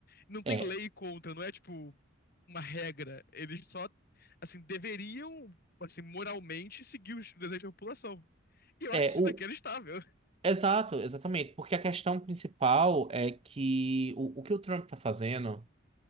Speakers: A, on the left; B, on the right.
A: Não tem
B: É,
A: lei contra, não é, tipo, uma regra. Eles só, assim, deveriam, assim, moralmente seguir os desejos da população. E eu
B: é
A: acho isso
B: o.
A: inacreditável.
B: Exato, exatamente. Porque a questão principal é que o, o que o Trump tá fazendo.